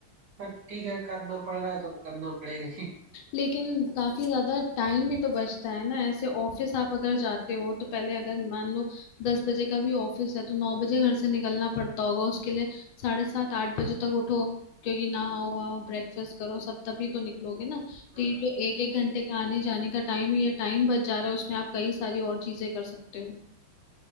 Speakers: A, on the right; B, on the left.
A: पर ठीक है करना पड़ रहा है तो अब करना पड़ेगा ही
B: लेकिन काफी ज्यादा टाइम भी तो बचता है ना ऐसे ऑफिस आप अगर जाते हो तो पहले अगर मान लो दस बजे का भी ऑफिस है तो नौ बजे घर से निकलना पड़ता होगा उसके लिए साढ़े सात आठ बजे तक उठो क्योंकि नहाओ वहाओ ब्रेकफास्ट करो सब तभी तो निकलोगे ना तो
A: हाँ
B: ये जो एक एक घंटे का आने जाने का टाइम है ये टाइम बच जा रहा है उसमें आप कई सारी और चीजें कर सकते हो